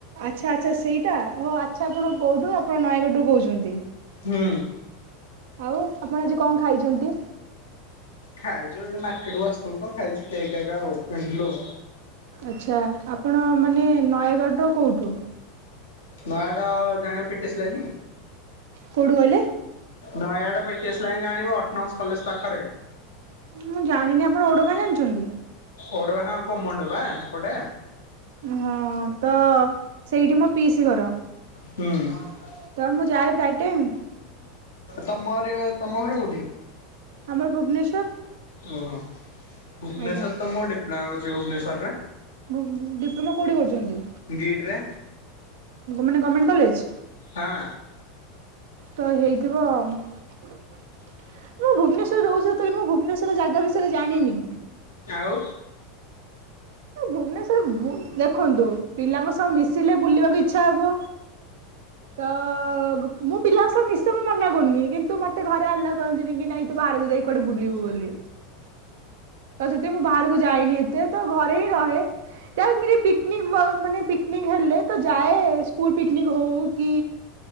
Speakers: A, on the right; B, on the left.
A: ଆଚ୍ଛା ଆଚ୍ଛା ସେଇଟା ହଉ ଆଚ୍ଛା ଆପଣ କୋଉଠୁ ଆପଣ ନୟାଗଡ଼ ରୁ କହୁଛନ୍ତି।
B: ହୁଁ।
A: ଆଉ ଆପଣ ଆଜି କଣ ଖାଇଛନ୍ତି।
B: ଖାଇଛୁ ଏଠି ମାର୍କେଟକୁୁ ଆସିଥିଲୁ ତ ଖାଇଛୁ କେକ ହେକା ଆଉ କିଣିଥିଲୁ।
A: ଆଚ୍ଛା ଆପଣ ମାନେ ନୟାଗଡ଼ର କୋଉଠୁ?
B: ନୟାଗଡ଼ ଜଣିବ ପି ଟି ଏସ ଲୀଇନି
A: କୋଉଠୁ କହିଲେ?
B: Nayagarh P T S line ଜାଣିବ ଅଟନମୋଶ କଲେଜ ପାଖରେ।
A: ମୁଁ ଜାଣିନି ଆପଣ ଓଡୋଗାଁ ଜାଣିଛନ୍ତି।
B: ଓଡଗାଁ କୋମଣ୍ଡ ବା ହେପଟେ।
A: ହଁ ତ ସେଇଠି ମୋ ପିସି ଘର।
B: ହୁଁ।
A: ତ ମୁଁ ଯାଏଁ ପ୍ରାୟ ଟାଇମ୍।
B: ତମର ରି ତମ ଘର କୋଉଠି?
A: ଆମର ଭୁବନେଶ୍ୱର।
B: ଓହୋ ଭୁବନେଶ୍ୱର
A: ଆଜ୍ଞା।
B: ତ ମୋ ଡିପ୍ଲୋମା କରୁଛି ଭୁବନେଶ୍ଵର ରେ।
A: ଭୁ ଭୂ ଡିପ୍ଲୋମା କଉଠି କରୁଛନ୍ତି?
B: ଗିଟ୍ ରେ
A: ମାନେ ଗର୍ମେଣ୍ଟ କଲେଜ?
B: ହଁ
A: ତ ହେଇଥିବ ଅ ମୁଁ ଭୁବନେଶ୍ୱର ରହୁଛି ସତକିନ୍ତୁ ମୁଁ ଭୁବନେଶ୍ୱର ଜାଗା ବିଷୟରେ ଜାଣିନି।
B: ଆଉ
A: ଭୁବନେଶ୍ଵର ବୁ ଦେଖନ୍ତୁ ପିଲାଙ୍କ ସହ ମିଶିଲେ ବୁଲିବାକୁ ଇଚ୍ଛା ହବ। ତ ଗୁ ମୁଁ ପିଲା ସହ ମିଶ ସବୁ ମନା କରୁନି କିନ୍ତୁ ମୋତେ ଘରେ ଆଲ୍ଲା କରନ୍ତିନି କି ନାଇଁ ତୁ ବାହାରକୁ ଯାଇକି କୁଆଡେ ବୁଲିବୁ ବୋଲି ତ ସେଠି ମୁଁ ବାହାରକୁ ଯାଇନି ଏତେ ତ ଘ ଏଇ ରହେ। ଯା ପିକିନିକ ମାନେ ପିକି ନିକ ହେଲେ ତ ଯାଏ ସ୍କୁଲ ପିକନିକ ହଉ କି